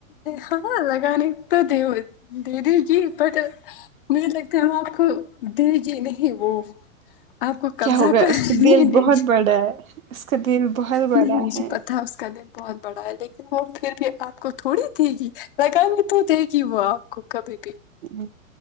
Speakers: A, on the left (about 40°); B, on the right (about 80°).
A: ہاں لگانے تو دے دے گی بٹ مجھے لگتا ہے آپ کو دیجی گی نہیں وہ آپ کو قبضہ
B: کیا ہو گیا
A: کر
B: اس کا
A: نہیں
B: دل
A: دے
B: بہت
A: گی
B: بڑا ہے اس کا دل بہت بڑا
A: نہیں مجھے
B: ہے
A: پتا اس کا دل بہت بڑا ہے لیکن وہ پھر بھی آپ کو تھوڑی دے گی میں کہوں گی تو دے گی کی وہ آپ کو کبھی بھی
B: ہ